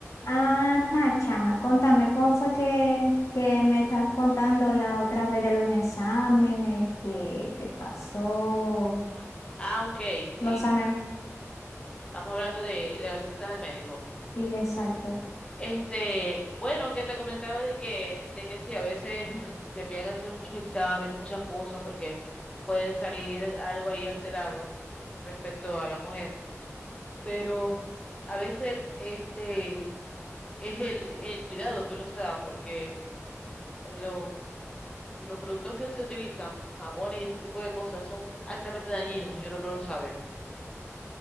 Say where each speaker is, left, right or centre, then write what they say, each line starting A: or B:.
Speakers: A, on the left; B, on the left.
A: Ajá, chama, contame, ¿cómo fue que, que me estabas contando la otra vez de los exámenes? ¿Qué, qué pasó?
B: Ah, ah, ok, sí.
A: Los exámenes,
B: Estamos hablando de, de las visitas al médico.
A: sí, exacto.
B: Este, bueno, que te comentaba de que, de que sí, a veces mm, te envían a hacer muchos exámenes, muchas cosas, porque pueden salir algo ahí alterado respecto a la mujer. Pero a veces este es el, el cuidado que uno se da, porque los, mm, los productos que se utilizan, jabones y ese tipo de cosas, son altamente dañinos y uno no lo sabe.